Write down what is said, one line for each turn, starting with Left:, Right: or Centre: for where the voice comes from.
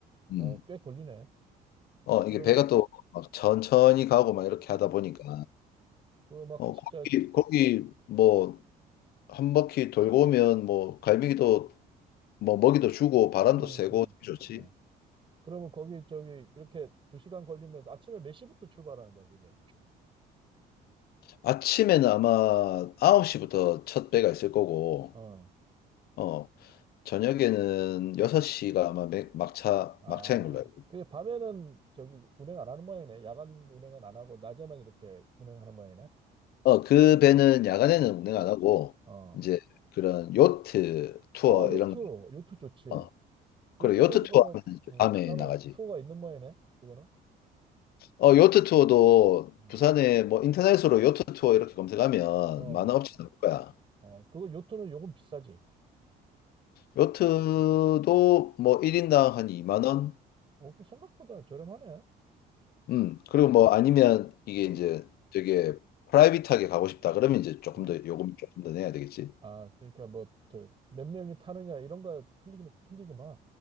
Left: 음.
Right: 어, 꽤 걸리네.
Left: 어,
Right: 그러면,
Left: 이게 배가 또 막 천천히 가고 막 이렇게
Right: 아,
Left: 하다 보니까
Right: 그거 막
Left: 어,
Right: 진짜,
Left: 거기 거기 뭐 한 바퀴 돌고 오면 뭐 갈매기도 뭐 먹이도 주고 바람도
Right: 음,
Left: 쐬고
Right: 음,
Left: 좋지.
Right: 어. 그러면 거기, 저기, 이렇게 두 시간 걸리면 아침에 몇 시부터 출발하는 거야, 그게?
Left: 아침에는 아마 9시부터 첫 배가 있을 거고
Right: 어,
Left: 어, 저녁에는 6시가 아마 맥- 막차
Right: 아,
Left: 막차인 걸로 알고
Right: 그게 밤에는 저기 운행 안 하는 모양이네. 야간 운행은 안 하고, 낮에만 이렇게 운행하는 모양이네.
Left: 어, 그 배는 야간에는
Right: 어,
Left: 운행 안 하고
Right: 어.
Left: 이제 그런 요트 투어
Right: 아, 요트,
Left: 이런
Right: 요트 좋지.
Left: 거. 어,
Right: 요트도
Left: 그래 요트
Right: 그러면,
Left: 투어 하면 이제
Right: 어,
Left: 밤에
Right: 따로
Left: 나가지.
Right: 투어가 있는 모양이네, 그거는?
Left: 어, 요트 투어도
Right: 어,
Left: 부산에 뭐 인터넷으로 요트 투어 이렇게 검색하면
Right: 어,
Left: 많은 업체 나올 거야.
Right: 어, 그거 요트는 요금 비싸지.
Left: 요트도 뭐 1인당 한 2만 원?
Right: 어, 그 생각보다 저렴하네.
Left: 음, 그리고 뭐 아니면 이게
Right: 어,
Left: 이제 되게 프라이빗하게 가고 싶다 그러면 이제 조금
Right: 어.
Left: 더 요금 조금 더 내야 되겠지.
Right: 아, 그러니까 뭐, 저, 몇 명이 타느냐, 이런 거 틀리긴, 틀리구만.